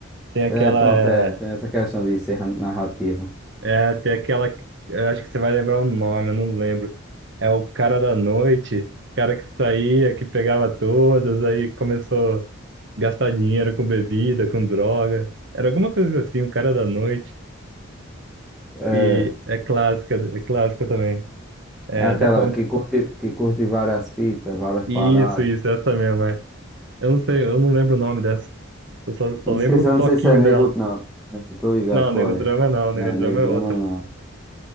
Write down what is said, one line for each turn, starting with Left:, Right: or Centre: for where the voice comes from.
Right: Tem aquela.
Centre: é pronto, é, tem
Right: É,
Centre: essa questão de ser ra- narrativa.
Right: é, tem aquela. eu acho que você vai lembrar o nome, eu não lembro. É o cara da noite, o cara que saía, que pegava todos, aí começou. gastar dinheiro com bebida, com droga. Era alguma coisa assim, o cara da noite.
Centre: É,
Right: E é clássica, é clássica também. É,
Centre: é aquela
Right: da ponte.
Centre: que curte, que curte várias fitas, várias
Right: Isso,
Centre: paradas.
Right: isso, essa mesmo, é. Eu não sei, eu não lembro o nome dessa. Eu só, só
Centre: Me
Right: lembro
Centre: esqueci,
Right: o
Centre: eu não
Right: toquinho
Centre: sei se é nego,
Right: dela.
Centre: não. Eu tô ligado
Right: Não,
Centre: qual
Right: Negodrama
Centre: é.
Right: não, Negodrama
Centre: É, nego
Right: é
Centre: drama
Right: outra.
Centre: não.